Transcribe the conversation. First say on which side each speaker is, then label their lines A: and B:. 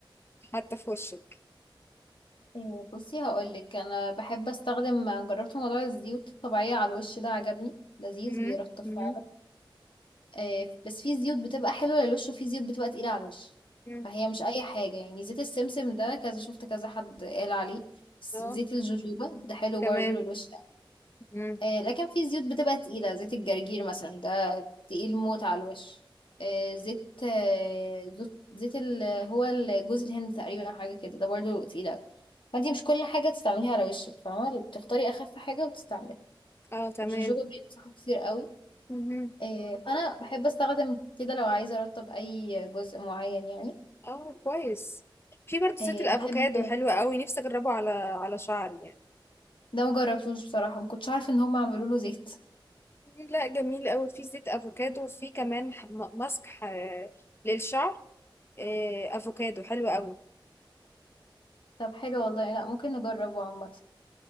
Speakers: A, on the left; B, on the left.
A: حتى في وشك
B: آه، بصي هقولك أنا بحب أستخدم جربت موضوع الزيوت الطبيعية على الوش ده عجبني لذيذ
A: امم
B: بيرطب
A: امم
B: فعلا آه، بس في زيوت بتبقى حلوة للوش وفي زيوت بتبقى تقيلة على الوش
A: أمم.
B: فهي مش أي حاجة يعني زيت السمسم ده كذا شفت كذا حد قال عليه زيت
A: اه
B: الجوجوبا ده حلو
A: تمام
B: برضو للوش
A: امم
B: آه، لكن في زيوت بتبقى تقيلة زيت الجرجير مثلا ده تقيل موت على الوش آه، زيت آه، زيت زيت ال- هو ال- جوز الهند تقريبا حاجة كده ده برضه تقيل أوي فانتي مش كل حاجة تستعمليها على وشك فاهمة بتختاري أخف حاجة وتستعملي
A: اه تمام
B: الجوجوبا بينصحوا كتير قوي
A: امم
B: آه، فأنا بحب أستخدم كده لو عايزة أرطب أي جزء معين يعني
A: اه كويس في برضه زيت
B: آه،
A: الافوكادو
B: بحب
A: حلو قوي نفسي اجربه على على شعري يعني
B: ده مجربتوش بصراحة مكنتش عارفة إن هم عملوا له زيت
A: مم، لا جميل قوي في زيت افوكادو وفي كمان ح- م- ماسك ح- للشعر آه، افوكادو حلو قوي
B: طب حلو والله لا ممكن نجربه عامة